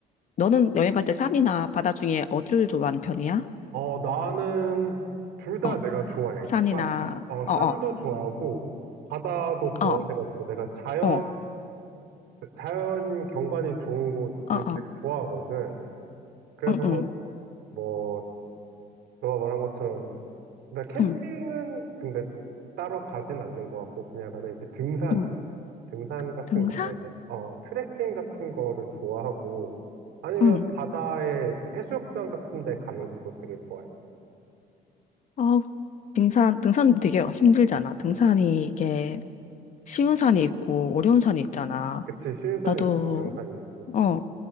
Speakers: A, on the left; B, on the right.
A: 너는 여행 갈 때 산이나 바다 중에 어디를 좋아하는 편이야?
B: 어, 나는 둘 다
A: 어,
B: 내가 좋아해.
A: 산이나,
B: 산, 어,
A: 어,
B: 산도
A: 어,
B: 좋아하고, 바다도 좋아해가지고,
A: 어,
B: 내가 자연을,
A: 어,
B: 자연 경관이 좋은 곳을
A: 어, 어,
B: 되게 좋아하거든. 그래서,
A: 응, 응,
B: 뭐, 너가 말한 것처럼 그러니까 캠핑은
A: 응,
B: 근데 따로 가진 않는 것 같고 그냥 나는 이제 등산,
A: 응.
B: 등산 같은
A: 등산?
B: 거나 이제 어 트레킹 같은 거를 좋아하고 아니면
A: 응.
B: 바다에 해수욕장 같은 데 가는 것도 되게 좋아해.
A: 어, 등산, 등산 되게 힘들잖아. 등산이 이게 쉬운 산이 있고 어려운 산이 있잖아.
B: 그치, 쉬운 산이
A: 나도,
B: 있고 어려운 산이 있고.
A: 어,